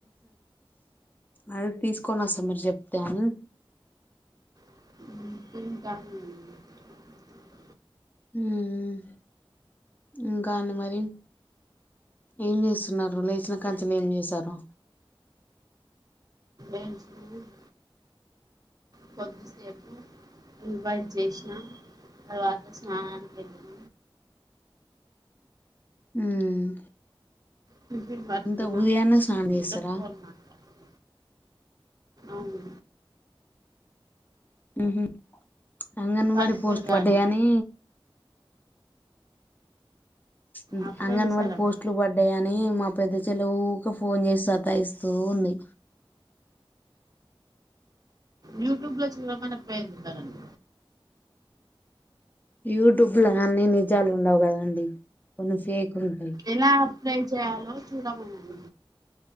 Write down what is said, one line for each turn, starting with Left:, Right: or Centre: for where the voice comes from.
Left: అదె తీసుకొనొస్తా మీరు చెప్తే అని
Right: <unintelligible>
Left: ఉమ్ ఉమ్ ఇంకా అండి మరి? ఏం జేస్తున్నారు, లేచిన కాంచెలి ఏం జేశారు?
Right: ఏం చేయలేద్ కొద్దిసేపు రివైజ్జేసినా తర్వాత స్నానానికెళ్లిన
Left: ఉమ్
Right: టిఫిన్ పట్టుకున్న
Left: ఇంత ఊదయాన్నే స్నానం జేస్తరా
Right: మీతో ఫోన్ మాట్లాడిన అవును
Left: ఉమ్ హ్ ఆంగన్బడి
Right: వాళ్ళకి
Left: పోస్ట్ లు
Right: రాదు
Left: బడ్డాయనీ ఉమ్
Right: అప్లై
Left: అంగన్బడి
Right: చేశారండి
Left: పోస్టులు పడ్డయని మా పెద్ద చెల్లె ఊకె ఫోన్ జేసి సతాఇస్తూ ఉంది.
Right: యూట్యూబ్ ల చూడమనక్పోఇర్రు ఉంటరని
Left: యూట్యూబ్ ల అన్ని నిజాలు ఉండవు కదాండి కొన్ని ఫేక్ ఉంటయి
Right: ఎలా అప్లై చేయాలో చూడమనండి